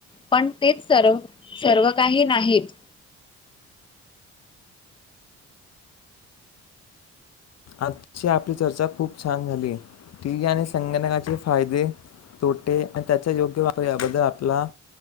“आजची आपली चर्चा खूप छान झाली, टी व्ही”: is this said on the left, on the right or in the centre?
Left